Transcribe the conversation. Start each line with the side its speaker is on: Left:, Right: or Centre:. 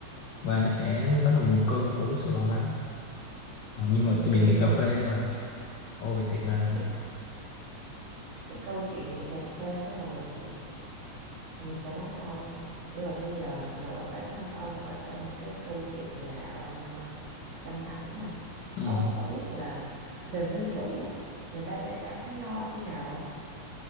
Left: và nó sẽ đó là nguồn cơn của cái sự lo lắng Ờ, nhưng mà
Right: ừm,
Left: tôi bị nghiện cà phê và ôi thiệt là
Right: cái cái câu chuyện nghiện cà phê nó là một chuyện mình sẽ nói sau, nhưng mà bây giờ nội bản thân ông ở trong cái câu chuyện là ông, a, căng thẳng nè,
Left: ừ.
Right: ông có biết là về nguyên thủy á, người ta sẽ cảm thấy lo khi nào không